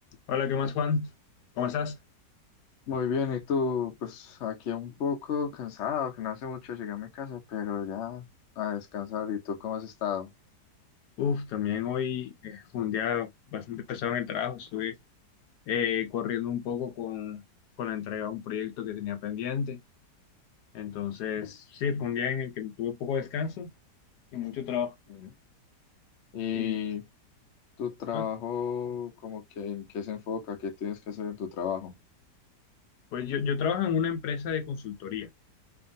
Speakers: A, on the left; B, on the left.
A: Hola, ¿qué más, Juan? ¿Cómo estás?
B: Muy bien, y tú, pues aquí un poco cansado, que no hace mucho llegué a mi casa, pero ya a descansar. ¿Y tú cómo has estado?
A: Uf, también hoy eh, fue un día bastante pesado en el trabajo. Estuve eh, corriendo un poco con, con la entrega de un proyecto que tenía pendiente. Entonces, sí, fue un día en el que tuve poco descanso y mucho trabajo.
B: Ujú. ¿Y
A: Y
B: tu trabajo,
A: no,
B: como que en qué se enfoca? ¿Qué tienes que hacer en tu trabajo?
A: pues yo, yo trabajo en una empresa de consultoría,